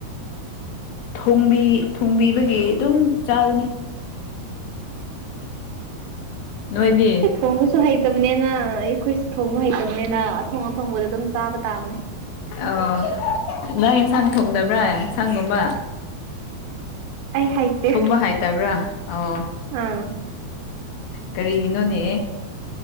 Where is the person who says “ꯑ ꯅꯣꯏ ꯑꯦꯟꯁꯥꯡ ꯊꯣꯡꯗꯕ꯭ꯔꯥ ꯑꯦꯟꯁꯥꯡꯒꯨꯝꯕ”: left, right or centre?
Left